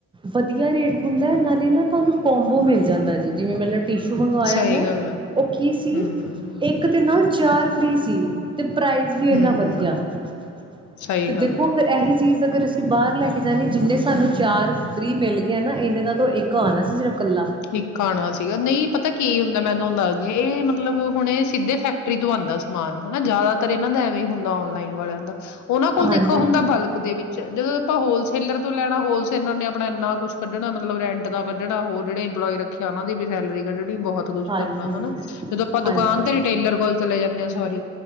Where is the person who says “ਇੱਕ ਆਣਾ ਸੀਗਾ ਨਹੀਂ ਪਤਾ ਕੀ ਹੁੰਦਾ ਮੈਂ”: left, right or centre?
Left